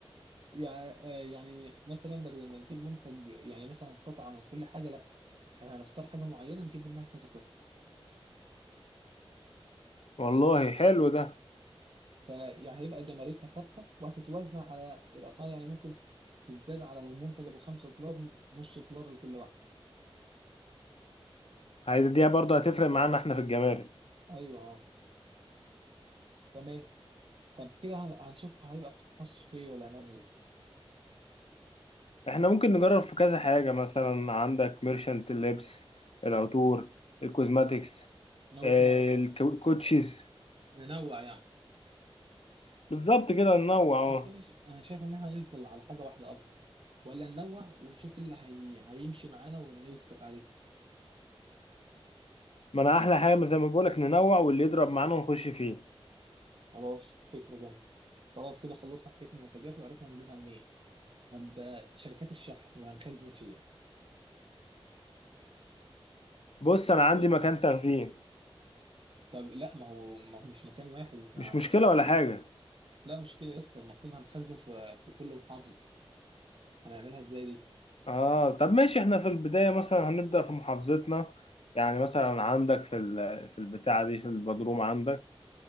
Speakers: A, on the right; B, on the left.
A: يعني يعني مثلا بدل ما نجيب منتج يعني مثلا قطعه من كل حاجه لا احنا هنختار حاجه معينه نجيب منها كذا قطعه
B: والله حلو ده
A: فيعني هيبقى جماركها ثابته وهتتوزع على الاسعار يعني ممكن تزداد على المنتج ابو 5 دولار نص دولار لكل واحد
B: هيديها برضه هتفرق معانا احنا في الجمارك
A: ايوه آه، تمام طب كده هن- هنشوف هيبقى في تخصص ايه ولا هنعمل ايه
B: احنا ممكن نجرب في كذا حاجة مثلا عندك ميرشنت اللبس العطور الكوزماتيكس
A: ناوي
B: آه،
A: تنوع
B: الكوتشيز
A: ننوع يعني
B: بالظبط كده ننوع اه
A: بس انا ش... انا شايف ان احنا نفضل على حاجه واحده افضل ولا ننوع ونشوف اللي هي... هيمشي معانا ونثبت عليه
B: ما انا احلى حاجة زي ما بقولك ننوع واللي يضرب معانا نخش فيه
A: خلاص فكره جامده خلاص كده خلصنا حكايه المنتجات وعرفنا نجيبها منين طب آه، شركات الشحن وهنخزن فين
B: بص انا
A: مشكله
B: عندي مكان تخزين
A: طب لا ما هو ما هو مش مكان واحد احنا
B: مش مشكلة
A: هنخ- المفروض
B: ولا حاجة
A: لا مشكله يا اسطى المفروض هنخزن في... في كل محافظه هنعملها ازاي دي
B: اه طب ماشي احنا في البداية مثلا هنبدأ في محافظتنا يعني مثلا عندك في ال- في البتاعة دي في البدروم عندك